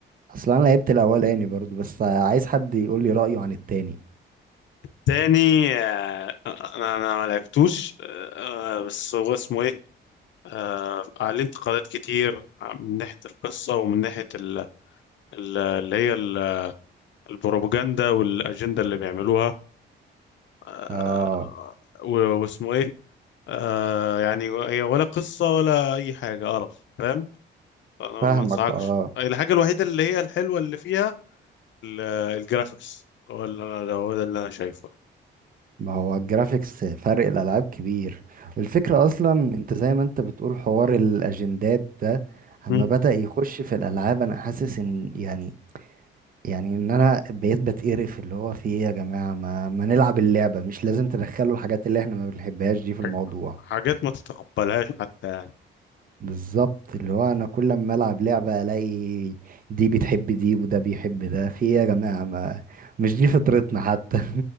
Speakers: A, on the right (about 45°); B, on the left (about 70°).
A: اصلا انا لعبت الاولاني برضو بس عايز حد يقولي رايه عن التاني
B: تاني آه، أنا أنا ما لعبتوش آه، آه، بس هو اسمه إيه آه، عليه انتقادات كتير آه، من ناحية القصة ومن ناحية ال- ال- اللي هي ال- البروباجندا والأجندة اللي بيعملوها آه،
A: اه
B: و- واسمه إيه آه، يعني هي ولا قصة ولا أي حاجة قرف فاهم أنا
A: فاهمك
B: ما أنصحكش
A: اه
B: الحاجة الوحيدة اللي هي الحلوة اللي فيها ال- الجرافيكس هو اللي انا هو ده اللي انا شايفه
A: ما هو الجرافيكس فرق الالعاب كبير والفكره اصلا انت زي ما انت بتقول حوار الاجندات ده اما
B: مم.
A: بدا يخش في الالعاب انا حاسس ان يعني يعني ان انا بقيت بتقرف اللي هو في ايه يا جماعه ما, ما نلعب اللعبه مش لازم تدخلوا الحاجات اللي احنا ما بنحبهاش دي في الموضوع
B: ح- حاجات ما تتقبلهاش حتى يعني
A: بالظبط اللي هو انا كل ما العب لعبه الاقي دي بتحب دي وده بيحب ده في ايه يا جماعه ما مش دي فطرتنا حتى